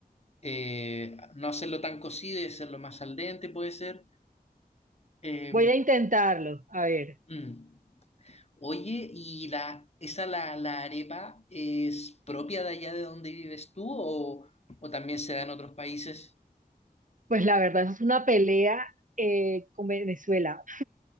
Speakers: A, on the left; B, on the right.
A: eh, no hacerlo tan cocido y hacerlo más al dente puede ser. Eh,
B: Voy a intentarlo, a ver.
A: mm. Oye, ¿y la, esa la, la arepa es propia de allá de donde vives tú o, o también se da en otros países?
B: Pues la verdad, eso es una pelea eh, con Venezuela.